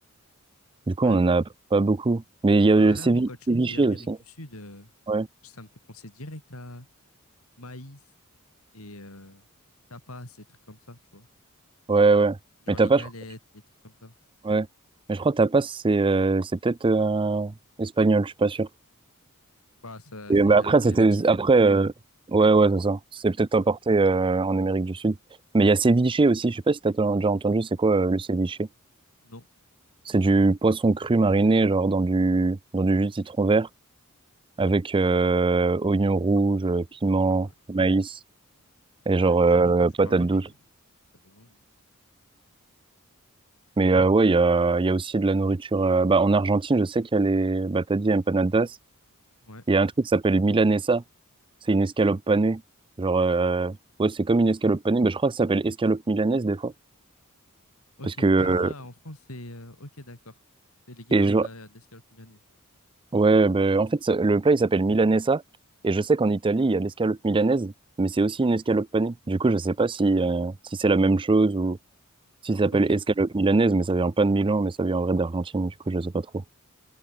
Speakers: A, on the right (about 25°); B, on the left (about 70°).
A: Du coup,
B: ouais.
A: on en a pas beaucoup. Mais il y a
B: Bah
A: le
B: là,
A: sévi-
B: moi, quand tu
A: séviché
B: me dis Amérique
A: aussi.
B: du Sud, euh,
A: Ouais,
B: ça me fait penser direct à maïs et euh, tapas, les trucs comme ça, tu vois.
A: ouais, ouais.
B: Genre
A: Mais t'as
B: les
A: pas,
B: galettes,
A: je crois.
B: les trucs comme ça.
A: Ouais. Mais je crois que tapas, c'est euh, c'est peut-être euh, espagnol, je suis pas sûr.
B: Bah, ça,
A: Et
B: c'est
A: bah,
B: la-
A: après,
B: c'est
A: c'était
B: latino,
A: après.
B: en tout
A: euh,
B: cas.
A: Ouais, ouais, c'est ça. C'est peut-être importé euh, en Amérique du Sud. Mais il y a ceviche aussi. Je sais pas si t'as t- déjà entendu. C'est quoi euh, le ceviche?
B: Non.
A: C'est du poisson cru mariné, genre dans du dans du jus de citron vert avec euh, oignons rouges, euh, piment,
B: Ah ouais.
A: maïs
B: J'ai
A: et genre
B: jamais
A: euh,
B: entendu parler,
A: patate
B: mais
A: douce.
B: ça donne envie.
A: Mais euh, ouais, il y a, il y a aussi de la nourriture. euh, bah, en Argentine, je sais qu'il y a les. Bah, t'as dit empanadas.
B: Ouais.
A: Il y a un truc qui s'appelle milanesa. C'est une escalope panée. Genre, euh, ouais, c'est comme une escalope panée. Bah, je crois que ça s'appelle escalope milanaise des fois.
B: Ok.
A: Parce que. euh,
B: Ah, en France, c'est... euh, Ok, d'accord. C'est l'équivalent
A: et je...
B: de la, de l'escalope milanaise.
A: Ouais, bah, en fait, ça- le plat, il s'appelle milanesa. Et je sais qu'en Italie, il y a l'escalope milanaise. Mais c'est aussi une escalope panée. Du coup, je sais pas si, euh, si c'est la même chose ou si ça s'appelle
B: Ok.
A: escalope milanaise. Mais ça vient pas de Milan, mais ça vient en vrai d'Argentine. Du coup, je sais pas trop.